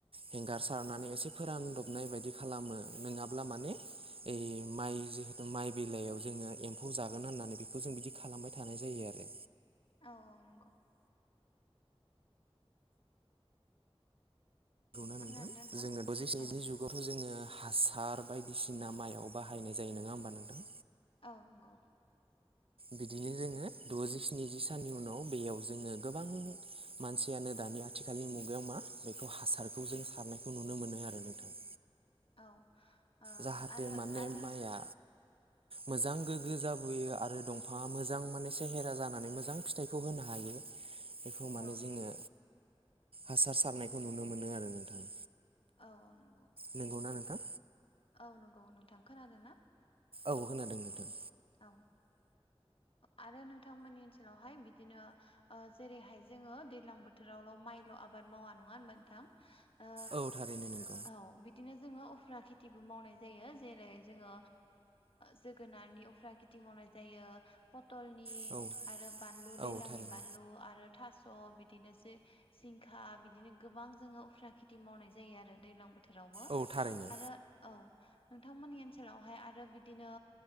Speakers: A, on the right; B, on the left.
A: हेंगार सारनानै एसे फोरानदबनाय बायदि खालामो नङाब्ला माने ओइ माइ जिहेथु माइ बिलाइयाव जोङो एम्फौ जागोन होननानै बेखौ जों बिदि खालामबाय थानाय जायो आरो।
B: औ औ नंगौ
A: <unintelligible> जुगावथ'
B: खोनादोंना नोंथां औ
A: जोङो हासार बायदिसिना माइआव बाहायनाय जायो नङा होमबा नोंथां
B: औ नंगौ।
A: बिदिनो जोङो द'जि स्निजि साननि उनाव बेयाव जोङो गोबां मानसियानो दानि आथिखालनि मुगायाव मा बेखौ हासारखौ जों सारनायखौ नुनो मोनो आरो नोंथां।
B: औ ओ
A: जाहाथे
B: आरो
A: माने
B: आरो
A: माइआ मोजां गोग्गो जाबोयो आरो दंफाङा मोजां माने सेहेरा जानानै मोजां फिथाइखौ होनो हायो बेखौ माने
B: औ
A: जोङो हासार सारनायखौ नुनो मोनो आरो नोंथां
B: औ औ नंगौ
A: नंगौना नोंथां
B: औ नंगौ नोंथां खोनादों ना?
A: औ खोनादों नोंथां
B: औ आरो नोंथांमोननि ओनसोलावहाय बिदिनो जेरैहाय जोङो दैलां बोथोराव मायल आबाद मावा नङा होनबा नोंथां? ओ
A: औ थारैनो नोंगौ
B: औ बिदिनो जोङो उफ्रा खेथिबो मावनाय जायो जेरै जोङो जोगोनार उफ्रा खेथि मावनाय जायो। पटलनि
A: औ औ
B: आरो बानलु दैलांनि
A: थारैनो।
B: बानलु आरो थास' बिदिनोसो जिंखा बिदिनो गोबां जोङो उफ्रा खेथि मावनाय जायो आरो दैलां बोथोरावबो
A: औ थारैनो
B: आरो औ नोंथांमोननि ओनसोलावहाय आरो बिदिनो